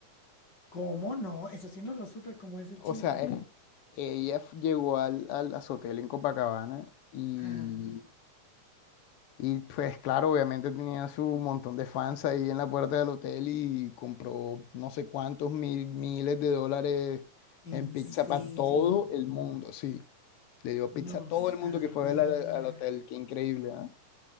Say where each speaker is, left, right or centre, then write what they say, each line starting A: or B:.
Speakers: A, on the left (about 40°); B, on the left (about 80°).
A: ¿Cómo no? Eso sí no lo supe. ¿Cómo es el
B: O
A: chisme?
B: sea, eh, ella f- llegó al, al, a su hotel en Copacabana y,
A: Ajá.
B: y pues claro, obviamente tenía su montón de fans ahí en la puerta del hotel y compró no sé cuántos mil, miles de dólares
A: en
B: en pizza
A: serio.
B: para todo el mundo, sí. Le dio
A: No
B: pizza a todo
A: sabía.
B: el mundo que fue a ver al, al hotel, qué increíble, ¿ah?